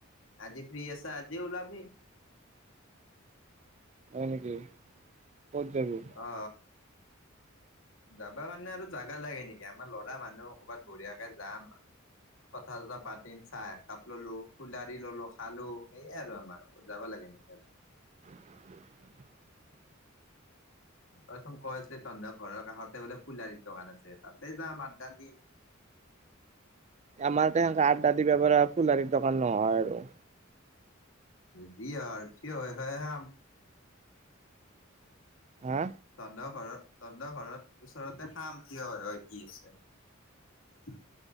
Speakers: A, on the left; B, on the right.
A: আজি ফ্ৰী আছা আজি ওলাবি?
B: হয় নেকি। ক'ত যাবি?
A: অ জাবা মানে আৰু জাগা লাগে নেকি আমাৰ ল'ৰা মানুহ ক'ৰবাত বঢ়িয়াকে যাম। কথা চথা পাতিম চাহ একাপ ললো খুলাৰি ললো খালো সেয়ে আৰু আমাৰ যাব লাগে। কেনেকে।
B: <unintelligible>
A: তইচোন কৈছে ত ঘৰৰ কাষত। বোলে ফুলাৰিৰ দোকান আছে তাতে যাম আড্ডা দি।
B: আমাৰ তে সেনেকে আড্ডা দিব পাৰ ফুলাৰিৰ দোকান নহয় আৰু
A: যি হয় <unintelligible>
B: হা
A: তহত ঘৰত তহত ঘৰত ওচৰতে খাম থিয় হৈ হৈ কি আছে। উ